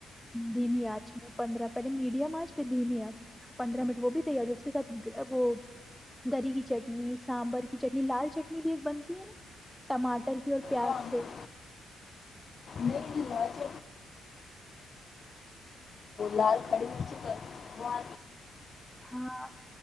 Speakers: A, in the centre; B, on the left (about 40°).
A: دھیمی آنچ میں پندرہ پہلے میڈیم آچ پھر دھیمی آنچ پندرہ منٹ وہ بھی تیار ہے اس کے ساتھ وہ گری کی چٹنی سانبر کی چٹنی لال چٹنی بھی ایک بنتی ہے نا ٹماٹر کی اور پیاز
B: ہاں
A: سے
B: نہیں لج لال کھڑی مرچی کر وہ آ
A: ہاں